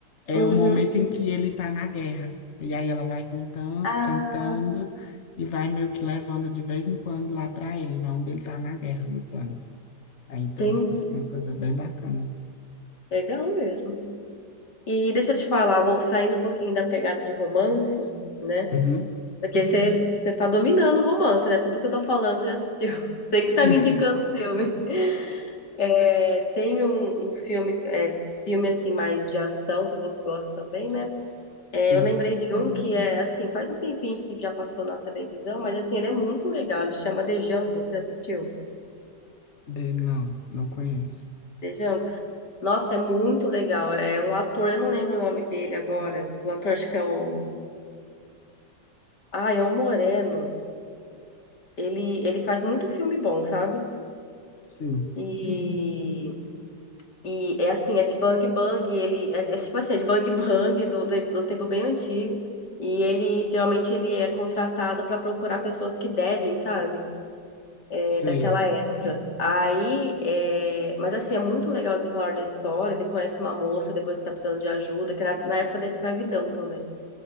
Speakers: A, on the left (about 45°); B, on the left (about 75°).
A: É
B: uhum.
A: o momento em que ele tá na guerra. E aí ela vai contando,
B: Ah,
A: cantando e vai meio que levando de vez em quando lá pra ele, lá onde ele tá na guerra, lutando. Aí então
B: tem.
A: fica assim uma coisa bem bacana.
B: Legal mesmo. E deixa eu te falar, vou saindo um pouquinho da pegada de romance, né?
A: Uhum.
B: Porque você você tá dominando o romance, né? Tudo que eu tô falando você já assistiu. <laughs> Você que
A: <laughs>
B: tá me indicando o filme. É, tem um, um filme, é, filme assim mais de ação, você falou que gosta também, né? É,
A: Sim.
B: eu lembrei de um que é assim, faz um tempinho que já passou na televisão, mas assim, ele é muito legal. Ele chama The Django. Você assistiu?
A: De, não, não conheço.
B: The Django. Nossa, é muito legal. É um ator, eu não lembro o nome dele agora. O ator acho que é o. Ah, é o Moreno. Ele, ele faz muito filme bom, sabe?
A: Sim,
B: E, e é assim, é de Bang Bang. Ele, é, é tipo assim, é de Bang Bang do, do, do tempo bem antigo. E ele geralmente ele é contratado para procurar pessoas que devem, sabe? é,
A: sei.
B: daquela época. Aí, é, mas assim, é muito legal o desenrolar da história. Ele conhece uma moça depois que tá precisando de ajuda, que era na época da escravidão também.